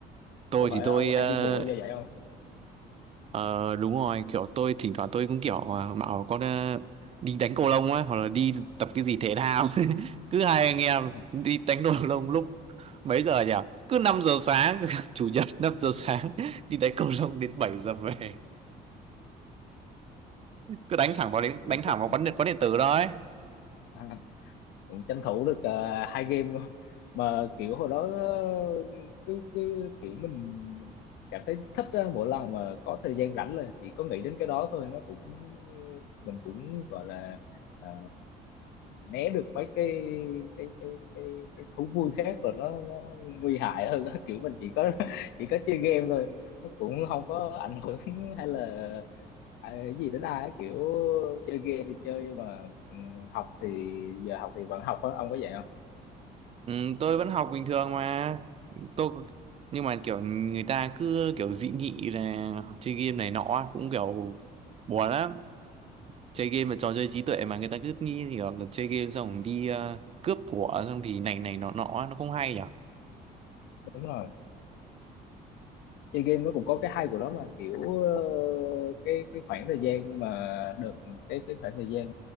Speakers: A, on the right; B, on the left.
A: tôi
B: có phải
A: thì tôi
B: ông
A: ờ,
B: hay đi bộ do vậy không
A: ờ, đúng rồi kiểu tôi thỉnh thoảng tôi cũng kiểu ờ, bảo con ờ, đi đánh cầu lông á hoặc là đi tập cái gì thể thao <laughs> cứ hai anh em
B: <laughs>
A: đi đánh cầu lông lúc mấy giờ nhỉ cứ 5 giờ sáng <laughs> chủ nhật 5 giờ sáng đi đánh cầu lông đến 7 giờ về cứ đánh thẳng vào đến đánh
B: cũng
A: thẳng
B: chết
A: vào quán điện quán điện tử đó ấy
B: à, cũng tranh thủ được ờ, hai game luôn mà kiểu hồi đó ờ, cứ cứ kiểu mình, mình cảm thấy thích á, mỗi lần mà có thời gian rảnh là chỉ có nghĩ đến cái đó thôi nó cũng mình cũng gọi là ờ, né được mấy cái cái cái cái cái thú vui khác rồi nó nó nguy hại hơn á. <laughs> kiểu mình chỉ có chỉ có chơi game thôi nó cũng không có ảnh hưởng <laughs> hay là à, cái gì đến ai á, kiểu chơi game thì chơi nhưng mà ừ, học thì giờ học thì vẫn học á ông có vậy không
A: Ừ, tôi vẫn học bình thường mà tôi nhưng mà kiểu người ta cứ kiểu dị nghị là học chơi game này nọ cũng kiểu buồn lắm chơi game là trò chơi trí tuệ mà người ta cứ nghĩ kiểu là chơi game xong rồi đi ờ, cướp của xong thì này này nọ nọ nó không hay nhỉ
B: đúng rồi chơi game nó cũng có cái hay của nó mà kiểu ờ, cái cái khoảng thời gian mà được cái cái khoảng thời gian